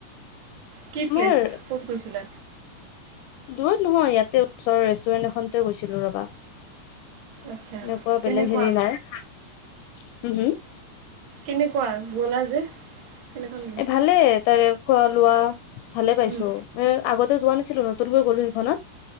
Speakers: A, on the right; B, on the left.
A: কি
B: আমাৰ
A: প্লেচ, ক'ত গৈছিলা?
B: দূৰত নহয়, ইয়াতে ওচৰৰ ৰেষ্টুৰেণ্ট এখনতে গৈছিলো ৰবা।
A: আচ্ছা
B: এনেকুৱা
A: কেনেকুৱা
B: বেলেগ হেৰি নাই হম হম।
A: কেনেকুৱা, গ'লা যে? কেনেকুৱা লাগিল
B: এ ভালে তাৰে খোৱা লোৱা ভালেই পাইছো।
A: উম,
B: হে আগতে যোৱা নাছিলো নতুনকৈ গ'লো সেইখনত,